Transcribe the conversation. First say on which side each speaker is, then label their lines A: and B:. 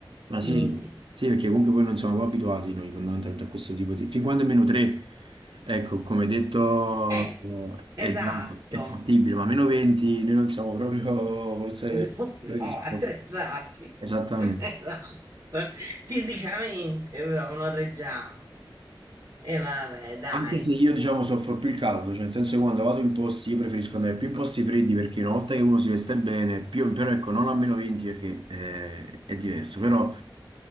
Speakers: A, on the right; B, on the right.
A: Ma
B: quindi,
A: sì, sì, perché comunque poi non siamo poi abituati noi fondamentalmente a questo tipo di... Fin quando è meno 3, ecco, come detto,
B: eh, esatto.
A: è, già fa- è fattibile, ma meno 20 noi non siamo proprio forse
B: <laughs>
A: predisposti.
B: No, attrezzati.
A: Esattamente.
B: <laughs> Esatto. Fisicamente, però non reggiamo. E vabbè, dai.
A: Anche se io, diciamo, soffro più il caldo, cioè nel senso che quando vado in posti, io preferisco andare più in posti freddi perché una volta che uno si veste bene, più, però ecco, non a meno 20 perché eh, è diverso, però